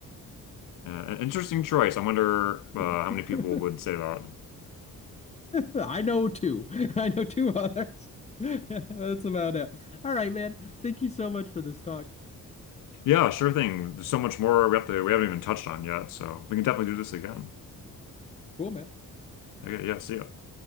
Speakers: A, on the left; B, on the left.
A: Uh, an interesting choice. I wonder uh,
B: <laughs>
A: how many people would say that.
B: I know two. I know two others. <laughs> That's about it. All right, man. Thank you so much for this talk.
A: Yeah, sure thing. There's so much more we have to we haven't even touched on yet, so we can definitely do this again.
B: Cool, man.
A: Okay, yeah, see ya.